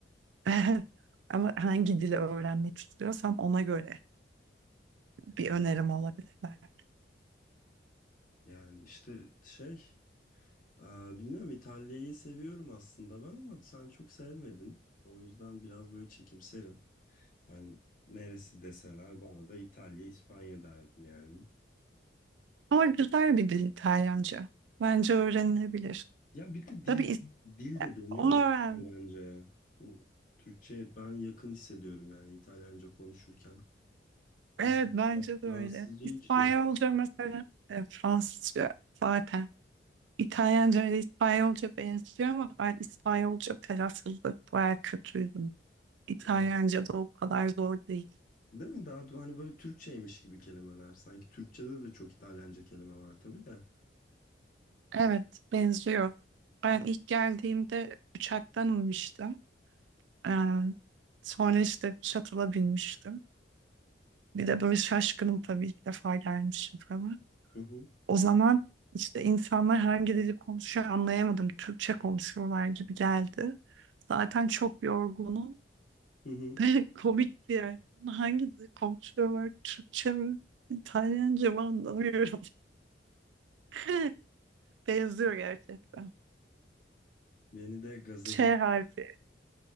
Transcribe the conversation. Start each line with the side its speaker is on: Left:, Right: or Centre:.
Right: <laughs> Ama hangi dili öğrenmek istiyorsam ona göre bir
Left: Ya-
Right: önerim olabilir belki.
Left: Yani işte şey, e, bilmiyorum İtalya'yı seviyorum aslında ben ama sen çok sevmedin. O yüzden biraz böyle çekimserim. Yani neresi deseler bana da İtalya, İspanya derdim yani.
Right: Ama güzel bir dil İtalyanca. Bence öğrenilebilir.
Left: Ya bir de dil
Right: Tabii is-
Left: dil de dönüyor
Right: onu
Left: ya
Right: öğren.
Left: İtalyanca'ya. Bu Türkçe ben yakın hissediyorum yani İtalyanca konuşurken.
Right: Evet
Left: Mesela
Right: bence
Left: Fra- Fransızca
Right: de öyle. İspanyolca
Left: hiç
Right: mesela e, Fransızca zaten. İtalyanca ile İspanyolca benziyor ama ben İspanyolca telaffuzda bayağı kötüydüm. İtalyanca
Left: dön.
Right: da o kadar zor değil.
Left: Değil mi? Daha hani böyle Türkçeymiş gibi kelimeler. Sanki Türkçede de çok İtalyanca kelime var tabii de.
Right: Evet benziyor. Ben ilk geldiğimde uçaktan inmiştim. Ee, sonra işte shuttle'a binmiştim. Bir de böyle şaşkınım tabii ilk defa gelmişim falan.
Left: Hı hı.
Right: O zaman işte insanlar hangi dili konuşuyor anlayamadım. Türkçe konuşuyorlar gibi geldi. Zaten çok yorgunum.
Left: Hı hı.
Right: <laughs> Komik bir yer. Hangi dili konuşuyorlar? Türkçe mi? İtalyanca mı anlamıyorum. <laughs> Benziyor gerçekten.
Left: Beni de gaza
Right: Ç
Left: ge-
Right: harfi.